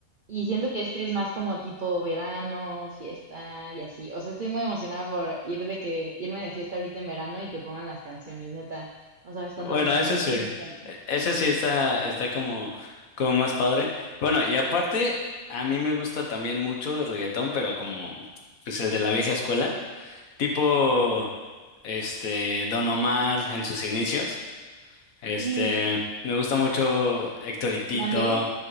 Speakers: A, on the right; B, on the left.
A: Y siento que este es más como tipo verano, fiesta y así. O sea, estoy muy emocionada por ir de que irme de fiesta ahorita en verano y que pongan las canciones, neta. No sabes
B: Bueno,
A: cuánto me emociona
B: ese sí.
A: <laughs> eso.
B: E- Ese sí está, está como, como más padre. Bueno, y aparte, a mí me gusta también mucho el reggaetón, pero como pues el de la vieja escuela, tipo este Don Omar en sus inicios. Este,
A: Sí,
B: me gusta mucho Héctor y Tito,
A: Plan B,